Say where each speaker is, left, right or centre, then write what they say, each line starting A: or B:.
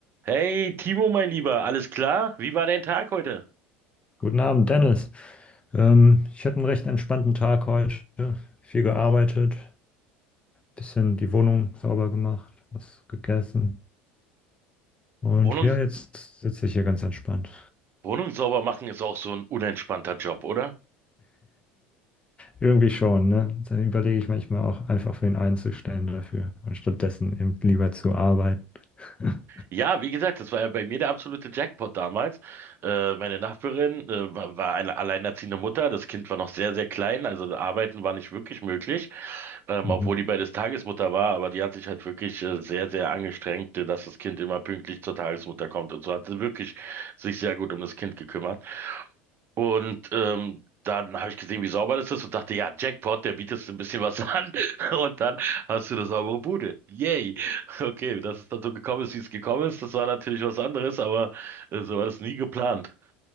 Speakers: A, on the right; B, on the left.
A: Hey, Timo, mein Lieber, alles klar? Wie war dein Tag heute?
B: Guten Abend, Dennis. Ähm, ich hatte einen recht entspannten Tag heute. Viel gearbeitet, bisschen die Wohnung sauber gemacht, was gegessen. Und
A: Wohnung,
B: ja, jetzt sitze ich hier ganz entspannt.
A: Wohnung sauber machen ist auch so ein unentspannter Job, oder?
B: Irgendwie schon, ne? Dann überlege ich manchmal auch einfach, wen einzustellen dafür und stattdessen eben lieber zu arbeiten. <laughs>
A: Ja, wie gesagt, das war ja bei mir der absolute Jackpot damals. Äh, meine Nachbarin, äh, war, war eine alleinerziehende Mutter. Das Kind war noch sehr, sehr klein, also arbeiten war nicht wirklich möglich, ähm,
B: Mhm.
A: obwohl die beides Tagesmutter war, aber die hat sich halt wirklich äh, sehr, sehr angestrengt, äh, dass das Kind immer pünktlich zur Tagesmutter kommt und so hat sie wirklich sich sehr gut um das Kind gekümmert. Und ähm, dann habe ich gesehen, wie sauber das ist und dachte, ja, Jackpot, der bietet so ein bisschen was an. <laughs> Und dann hast du eine saubere Bude. Yay. Okay, dass es dann so gekommen ist, wie es gekommen ist, das war natürlich was anderes, aber äh, so war das nie geplant.